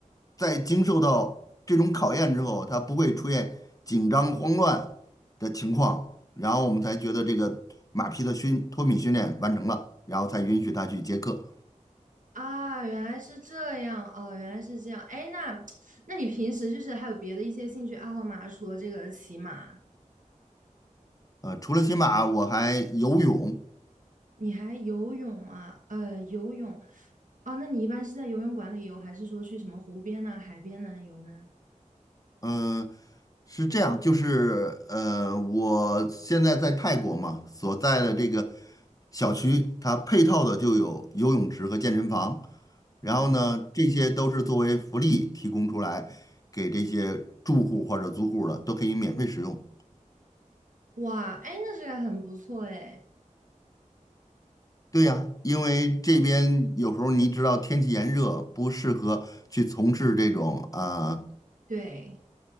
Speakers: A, on the left; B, on the right.
A: 在经受到这种考验之后，它不会出现紧张慌乱。的情况，然后我们才觉得这个马匹的训脱敏训练完成了，然后才允许他去接客。
B: 啊，原来是这样哦，原来是这样。哎，那 <tsk> 那你平时就是还有别的一些兴趣爱好吗？除了这个骑马，
A: 呃，除了骑马，我还游泳。
B: 你还游泳啊？呃，游泳哦，那你一般是在游泳馆里游，还是说去什么湖边呐、海边呢游呢？
A: 嗯、是这样，就是呃，我现在在泰国嘛，所在的这个小区，它配套的就有游泳池和健身房。然后呢，
B: 啊，
A: 这些都是作为福利提供出来给这些住户或者租户的，都可以免费使用。
B: 哇，哎，那这个很不错哎。
A: 对呀，因为这边有时候你知道天气炎热，不适合去从事这种啊
B: 对